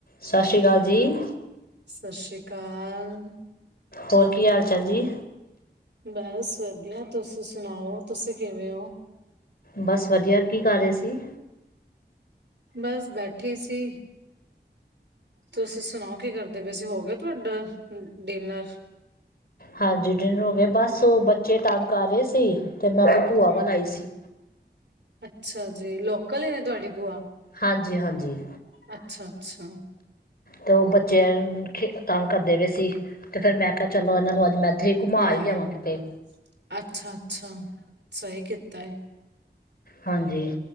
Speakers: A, on the left; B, on the right.
A: ਸਤਿ ਸ੍ਰੀ ਅਕਾਲ। ਜੀ।
B: ਸਸ ਰੀ ਕਾਲ।
A: ਹੋਰ ਕੀ ਹਾਲ ਚਾਲ ਜੀ।
B: ਬਸ ਵਧੀਆ, ਤੁਸੀਂ ਸੁਣਾਓ ਤੁਸੀਂ ਕਿਵੇਂ ਹੋ?
A: ਬਸ ਵਧੀਆ ਕੀ ਕਰ ਰਹੇ ਸੀ?
B: ਬਸ ਬੈਠੀ ਸੀ। ਤੁਸੀ ਸੁਣਾਓ ਕੀ ਕਰਦੇ ਪਏ ਸੀਂ ਹੋ ਗਿਆ ਤੁਹਾਡਾ ਡਿਨਰ?
A: ਹਾਂਜੀ ਡਿਨਰ ਹੋ ਗਿਆ ਬਸ ਉਹ ਬੱਚੇ ਤਾ ਕਰ ਰਹੇ ਸੀ। ਤੇ ਮੈਂ ਆਪਣੀ ਭੂਆ
B: ਹਮ
A: ਵੱਲ ਆਈ ਸੀ
B: ਅੱਛਾ ਜੀ ਲੋ ਕਲੀ ਨੇ ਤੁਹਾਡੀ ਭੂਆ।
A: ਹਾਂਜੀ-ਹਾਂਜੀ
B: ਅੱਛਾ-ਅੱਛਾ।
A: ਤੇ ਉਹ ਬੱਚੇੇ ਤੰਗ ਕਰਦੇ ਪਏ ਸੀ। ਤੇ ਫਿਰ ਮੈਂ ਕਿਹਾ ਚਲੋ ਇਹਨਾਂ ਨੂੰ ਅੱਜ ਮੈਂ ਇੱਥੇ ਹੀ ਘੁੰਮਾ
B: ਹੂੰ,
A: ਹੀ ਲਿਆਵਾਂ ਕਿਤੇ।
B: ਅੱਛਾ-ਅੱਛਾ, ਸਹੀ ਕੀਤਾ ਏ,
A: ਹਾਂਜੀ